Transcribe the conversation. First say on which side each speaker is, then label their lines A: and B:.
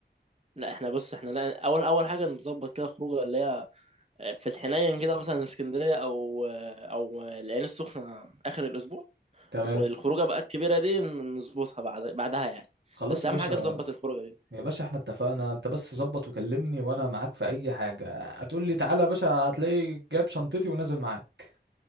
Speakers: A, on the right; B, on the right.
A: لا احنا بص احنا لا اول اول حاجه نظبط كده خروجه اللي هي في الحنين كده مثلا اسكندريه او او العين السخنه اخر الاسبوع
B: تمام
A: والخروجه بقى الكبيره دي نظبطها بعد بعدها يعني
B: خلاص
A: بس
B: يا
A: اهم
B: باشا
A: حاجه نظبط الخروجه دي
B: يا باشا احنا اتفقنا انت بس ظبط وكلمني وانا معاك في اي حاجة هتقول لي تعالى يا باشا هتلاقي جايب شنطتي ونازل معاك